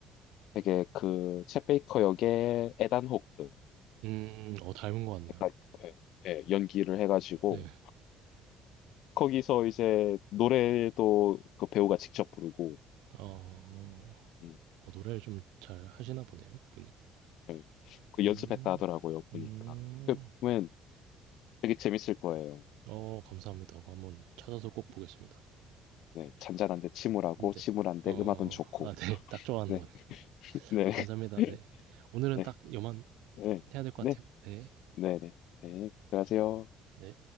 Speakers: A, on the left (about 70°); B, on the right (about 80°).
A: 되게 그챗 베이커 역의 에단 호크
B: 음 음, 어 닮은 것 같네요.
A: 약간, 예, 예, 연기를 해가지고
B: 네.
A: 거기서 이제 노래도 그 배우가 직접 부르고
B: 어. 어
A: 음,
B: 어, 노래를 좀 잘 하시나 보네요 그분이.
A: 예, 그
B: 음.
A: 연습했다 하더라고요 보니까
B: 음.
A: 그 보면 되게 재밌을 거예요.
B: 어 감사합니다. 그거 한번 찾아서 꼭 보겠습니다.
A: 네, 잔잔한데 침울하고
B: 네.
A: 침울한데
B: 어
A: 음악은 좋고.
B: 아 네. <laughs> 딱 좋아하는
A: 네,
B: 거네요.
A: <laughs>
B: 아, 감사합니다. 네. 오늘은
A: 네,
B: 딱 요만
A: 네,
B: 해야 될 것
A: 네,
B: 같아요. 네.
A: 네, 네, 네, 네. 네, 들어가세요.
B: 네.